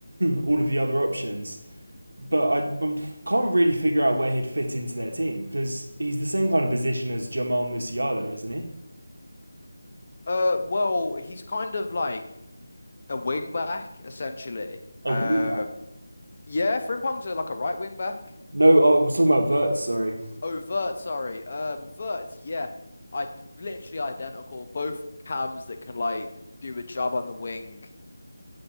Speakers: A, on the right; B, on the left.
A: <clears throat> all of the other options, but I I can't really figure out where he'd fit into their team because he's the same kind of position as Jamal Musiala, isn't he?
B: Uh, well, he's kind of like a wing back essentially.
A: A
B: Um,
A: wing
B: yeah, Frimpong's a, like a right wing back.
A: No, oh, I was talking about Verts. Sorry,
B: Oh, Vert, sorry. Um, Vert, yeah. I literally identical. Both cams that can like do a job on the wing.